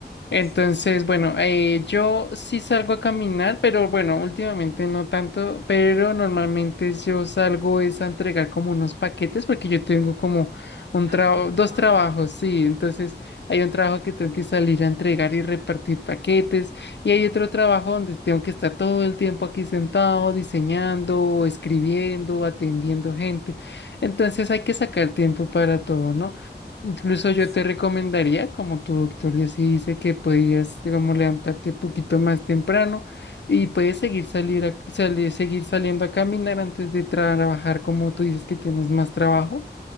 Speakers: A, on the left; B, on the right.
A: Entonces,
B: Sí.
A: bueno, eh, yo sí salgo a caminar, pero bueno, últimamente no tanto, pero normalmente yo salgo es a entregar como unos paquetes porque yo tengo como un
B: Ah,
A: trabajo,
B: por tu trabajo.
A: dos trabajos, sí, entonces hay un trabajo que tengo que salir a entregar y repartir paquetes y hay otro trabajo donde tengo que estar todo el tiempo aquí sentado diseñando, escribiendo, atendiendo
B: Ujú, ujú.
A: gente, entonces hay que sacar tiempo para todo, ¿no? Incluso yo
B: Sí.
A: te recomendaría, como tu doctor ya sí dice, que podías como levantarte un poquito más temprano y puedes seguir salir a- salir- seguir saliendo a caminar antes de trabajar, como tú dices que tienes más trabajo.